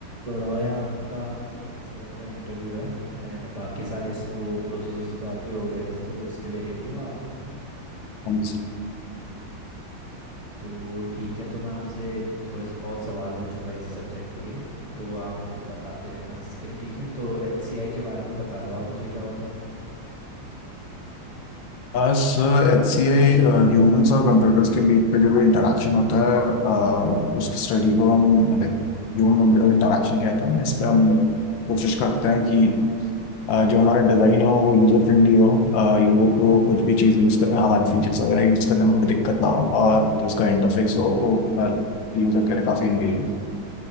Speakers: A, on the right; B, on the left.
A: तो रॉय आपका जो एचसीआई का इंटरव्यू है एंड बाकी सारे स- वो प्रोसीजर्स तो आपके हो गए थे तो इसके लिए रेडी हो आप
B: हम इस-
A: तो ठीक है तो मैं आपसे थोड़े से बहुत सवाल पूछूंगा इसी सब्जेक्ट के तो आप मेरे को बताते रहना इसके ठीक है तो एचसीआई के बारे में बता दो आप मुझे क्या होता है
B: sir H C I humans और कंप्यूटर्स के बीच पे जो भी इंटरेक्शन होता है uh, उस स्टडी को हम लाइक ह्यूमन कंप्यूटर इंटरेक्शन कहते हैं इस पे हम कोशिश करते हैं कि uh, जो हमारा डिज़ाइन हो वो यूज़र फ्रेंडली हो यूज़र को कुछ भी चीज़ यूज़ कर हमारे फीचर्स वगैरह यूज़ करने में कोई दिक्कत ना हो और जो उसका इंटरफेस हो वो यूज़र के लिए काफ़ी इंगेजिंग